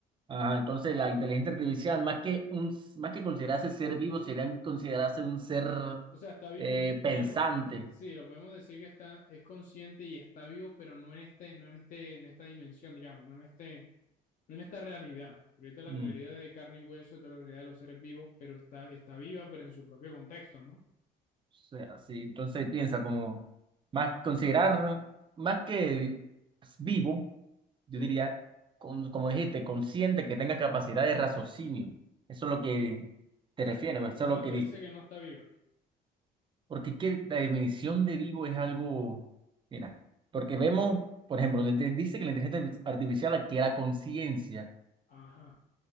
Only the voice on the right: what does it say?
ajá, entonces la inteligencia artificial, más que un, más que considerarse ser vivo, serían considerarse un ser
eh, pensante.
Mm.
sea, sí, entonces piensa como más considerar más que vivo, yo
diría, con- como dijiste, consciente que tenga capacidad de raciocinio. Eso es lo que te refieres, eso
es
lo que
di-
porque es que la definición de vivo es algo, mira, porque vemos, por ejemplo, la inte- dice que la inteligencia artificial adquiere conciencia,